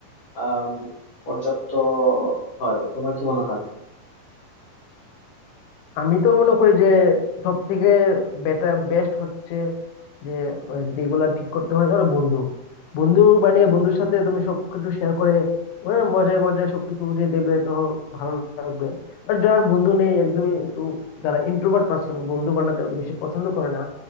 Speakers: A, on the left (about 65°); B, on the left (about 85°).
A: আম, পর্যাপ্ত হয় তোমার কি মনে হয়
B: আমি তো মনে করি যে সব থেকে বেটার বেস্ট হচ্ছে যে মানে যদি এগুলা ঠিক করতে হয় তাহলে বন্ধু বন্ধু বানিয়ে বন্ধুর সাথে তুমি সবকিছু শেয়ার করে ওরা মজায় মজায় সবকিছু উড়িয়ে দেবে তো ভালো লাগবে বাট যার বন্ধু নেই একদমই একটু যারা ইন্ট্রোভার্ট পার্সন বন্ধু বানাতে অত বেশি পছন্দ করে না